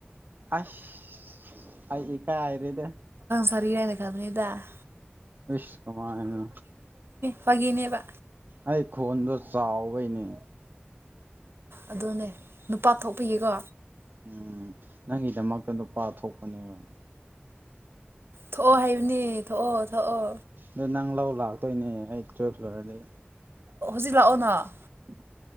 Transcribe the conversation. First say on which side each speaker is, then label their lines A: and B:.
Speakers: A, on the right; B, on the right.
A: ꯑꯁ ꯑꯩ ꯀꯥꯏ ꯍꯥꯏꯔꯦꯗ
B: ꯐꯔꯤꯒꯏꯅ ꯀꯗꯅꯤꯗ
A: ꯁꯀꯨꯃꯥꯅ
B: ꯐꯒꯤꯅꯦꯕ
A: ꯑꯩ ꯈꯣꯟꯗꯣ ꯆꯥꯎꯕꯩꯅꯦ
B: ꯑꯗꯨꯅꯦ ꯅꯨꯄꯥ ꯊꯣꯛꯄꯤꯒꯦꯀꯣ
A: ꯎꯝ ꯅꯪꯒꯤꯗꯃꯛꯇ ꯅꯨꯣꯄꯥ ꯊꯣꯛꯣꯛꯄꯅꯦꯕ
B: ꯊꯣꯛꯑꯣ ꯍꯥꯏꯕꯅꯦ ꯊꯣꯛꯑꯣ ꯊꯣꯛꯑꯣ
A: ꯑꯣꯏ ꯅꯪ ꯂꯧ ꯂꯥꯛꯇꯣꯏꯅꯦ ꯑꯩ ꯇꯨꯋꯦꯜꯞ ꯐ꯭ꯂꯣꯏꯔꯗꯤ
B: ꯖꯤ ꯂꯥꯛꯑꯣꯅ
A: ꯎ